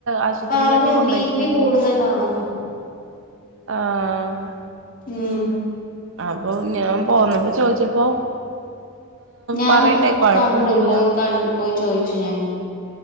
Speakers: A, on the right; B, on the left.
A: ആശുപത്രിയിലൊക്കെ
B: പറഞ്ഞു
A: കൊണ്ടുപോയിക്കെര്ന്നു
B: ബി പി കൂടുതലാണെന്ന്
A: ആഹ്
B: ഉം
A: അപ്പൊ ഞാൻ പോന്നപ്പോ ചോദിച്ചപ്പോ
B: ഞാൻ
A: പറയണ്ടേ കെഴപ്പയൊന്നുയില്ല
B: കണ്ടു പോയി കണ്ടു പോയി ചോയിച്ചു ഞാൻ